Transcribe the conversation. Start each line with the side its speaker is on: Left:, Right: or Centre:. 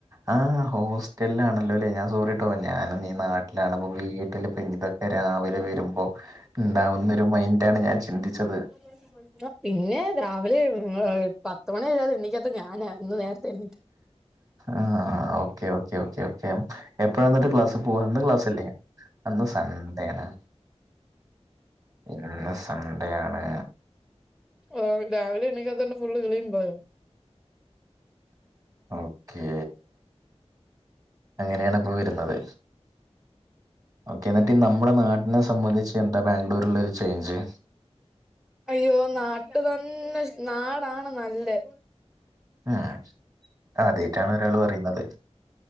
Right: ആഹ് ഹോസ്റ്റല്ലാണല്ലൊലേ ഞാൻ സോറിട്ടോ ഞാന് നിയ നാട്ടിലാണ് പ്പൊ വീട്ടില് ഇപ്പ ഇതൊക്കെ രാവിലെ വരുമ്പോ ണ്ടാവുന്ന ഒരു മൈന്റാണ് ഞാൻ ചിന്തിച്ചത്.
Centre: എടക്ക് പോയ്‌ത്ത് അഹ് പിന്നേ രാവിലെ പത്തുമണി കഴിയാതെ എണ്ണീക്കാത്ത ഞാനാ ഇന്ന് നേരത്തെ ഏണീറ്റ്
Right: ആഹ് ഓക്കേ ഓക്കേ ഓക്കേ ഓക്കേ എപ്പഴാ ന്നട്ട് ക്ലാസ്? പോ അന്ത ക്ലാസ്അല്ലെ അന്ന് സണ്ടേണ്. ഇന്ന് സൺണ്ടേയാണ്
Centre: ഓഹ് രാവിലെ എണിക്കാതോണ്ട് ഫുള്ള് കളിയും പോയോ?
Right: ഓക്കേ.... അങ്ങനെയാണപ്പൊ വരുന്നത്.. ഓക്കേ ന്നിട്ട് നമ്മളെ നാട്ടിനെ സംമ്മന്ധിച്ച് എന്താ ബാംഗ്ലൂരു ള്ളരു ചെയ്ഞ്ച്?
Centre: അയ്യോ നാട്ടു തന്നെ നാടാണ് നല്ലേ
Right: അഹ് ആദ്യാട്ടാണ് ഒരാള് പറയുന്നത്